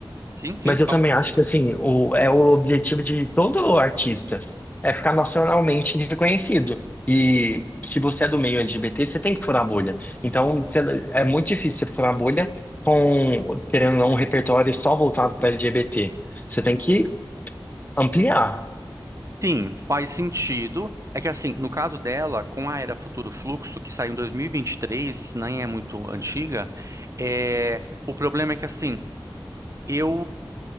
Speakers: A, on the right; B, on the left.
A: Sim, sim,
B: Mas eu
A: fala.
B: também acho que assim, o, é o objetivo de todo artista, é ficar nacionalmente reconhecido. E se você é do meio LGBT, você tem que furar a bolha. Então, você- é muito difícil você furar a bolha com, querendo ou não, um repertório só voltado para LGBT. Você tem que ampliar,
A: Sim, faz sentido. É que assim, no caso dela, com a Era Futuro Fluxo, que saiu em 2023, nem é muito antiga, é... o problema é que assim, eu